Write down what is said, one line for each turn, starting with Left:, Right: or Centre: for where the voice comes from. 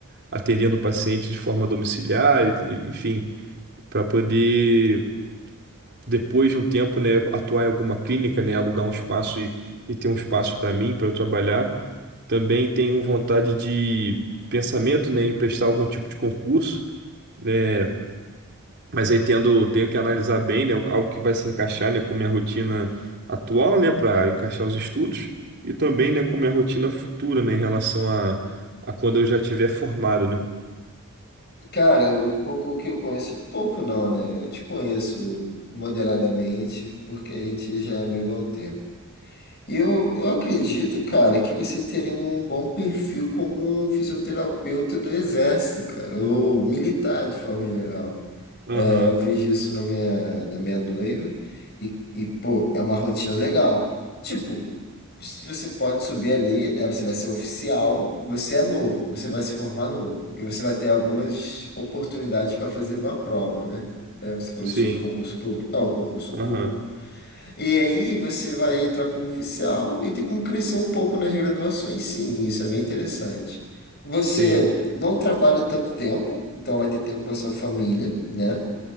Right: atendendo o paciente de forma domiciliar, e- enfim, para poder depois de um tempo, né, atuar em alguma clínica, né, alugar um espaço e, e ter um espaço para mim, para eu trabalhar. Também tenho vontade de pensamento, né, em prestar algum tipo de concurso, né, mas aí tendo, tenho que analisar bem, né, algo que vai se encaixar, né, com minha rotina atual, né, para encaixar os estudos e também, né, com minha rotina futura, né, em relação a, a quando eu já tiver formado, né.
Left: Cara, um pouco que eu conheço, pouco não, né? Eu te conheço moderadamente, porque a gente já é amigo há um tempo. E eu, eu acredito, cara, que você teria um bom perfil como um fisioterapeuta do exército, cara, ou militar de forma geral.
Right: Aham,
Left: É, eu vejo isso na minha, na minha noiva. E, e, pô, é uma rotina legal. Tipo, se você pode subir ali, né? Você vai ser oficial, você é novo, você vai se formar novo. E você vai ter algumas oportunidades para fazer uma prova, né? É, Você falou
Right: sim,
Left: sobre concurso público. Não, concurso público.
Right: aham,
Left: E aí você vai entrar como oficial e tem como crescer um pouco nas graduações, sim. e Isso é bem interessante. Você
Right: sim,
Left: não trabalha tanto tempo, então vai ter tempo para sua família, né?